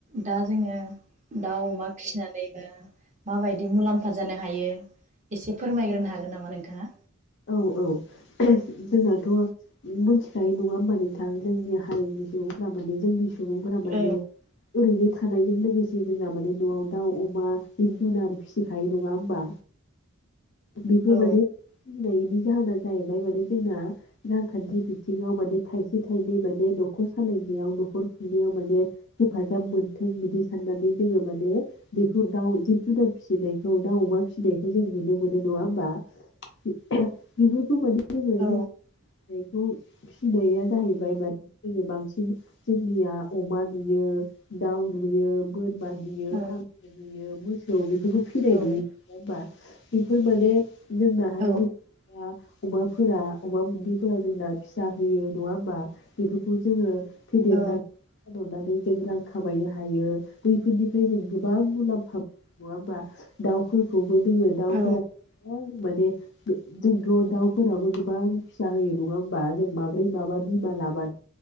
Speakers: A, on the right (about 35°); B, on the left (about 55°).
A: दा जोङो दाउ अमा फिनानैबा माबाय दि मुलाम्फा जानो हायो एसे फोरमायग्रोनो हागोन नामा नों थाङा
B: औ औ जोंनाथ' मोन्थिखायो नङा होमबा नोंथां जोंनि हारिनि सुबुंफ्रा माने जोंनि सुबुंफोरा माने
A: औ
B: ओरैनो थानायजों लोगो <unintelligible> जोंना माने न'आव दाउ अमा जिब जुनार फिसिखायो नङा होमबा बिखौ
A: औ
B: माने बिनि जाहोना जाहैबाय माने जोंना रांखान्थि बिथिङाव माने थाइसे थाइनै माने न'खर सालायनायाव न'खर खुंनायाव माने हेफाजाब मोनथों बिदि साननानै जोङो माने बेखौ दाउ जिब जुनार फिसिनायखौ दाउ अमा फिसिनायखौ जों नुनो मोनो नङा होमबा <unintelligible>
A: औ
B: <unintelligible> फिसिनाया जाहैबाय माने जोङो बांसिन जोंनिया अमा नुयो दाउ नुयो बोरमा नुयो
A: औ
B: <unintelligible> यो मोसौ बेखौ फिनाय
A: औ
B: नुयो <inaudible> बेफोर माने जोंनाहाय
A: औ
B: जेनेबा अमाफोरा अमा बुन्दिफोरा जोंना फिसा होयो नङा होमबा बेफोरखौ जोङो फेदेननानै
A: औ
B: <unintelligible> जों रां खामायनो हायो बैफोरनिफ्राय जों गोबां मुलाम्फा नङाओम्बा दाउफोरखौबो जोङो दाउफोरा
A: औ
B: <unintelligible> माने जोंथ' दाउफोराबो गोबां फिसा होयो नङा होमबा जों माब्रै मा <unintelligible>